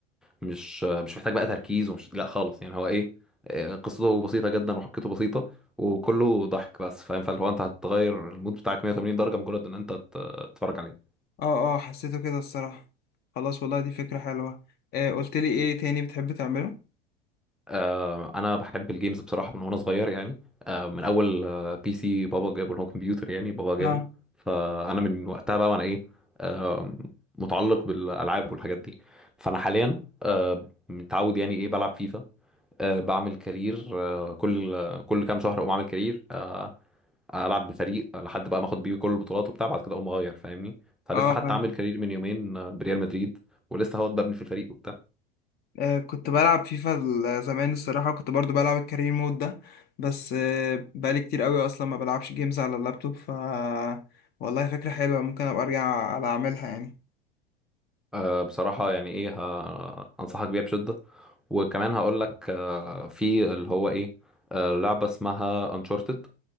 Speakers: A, in the centre; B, on the left.
A: مش مش محتاج بقى تركيز ومش لا خالص يعني هو ايه آه، قصته بسيطه جدا وحبكته بسيطه وكله ضحك بس فاهم فاللي هو انت هتغير المود بتاعك 180 درجه مجرد ان انت ت- تتفرج عليه
B: اه اه حسيته كده الصراحة خلاص والله دي فكرة حلوة آه قلت لي ايه تاني بتحب تعمله
A: آه، انا بحب الجيمز بصراحه من وانا صغير يعني آه، من اول آه، بي سي بابا جابه اللي هو كمبيوتر يعني بابا جابه
B: اه
A: فانا من وقتها بقى وانا ايه آه، متعلق بالالعاب والحاجات دي فانا حاليا آه، متعود يعني ايه بلعب فيفا آه، بعمل كارير آه، كل كل كام شهر اقوم اعمل كارير آه، العب بفريق لحد بقى ما اخد بيه كل البطولات وبتاع بعد كده اقوم اغير فاهمني فلسه
B: اه
A: حتى
B: فاهم
A: عامل كارير من يومين آه، بريال مدريد ولسه هو ببني في الفريق وبتاع
B: آه كنت بلعب فيفا ال- زمان الصراحة كنت برضو بلعب الكارير مود ده بس آه بقالي كتير قوي اصلا ما بلعبش جيمز على اللابتوب ف والله فكرة حلوة ممكن ابقى ارجع على اعملها يعني
A: أه بصراحة يعني ايه ه- انصحك بيها بشدة وكمان هقول لك أه في اللي هو ايه أه لعبة اسمها انشارتد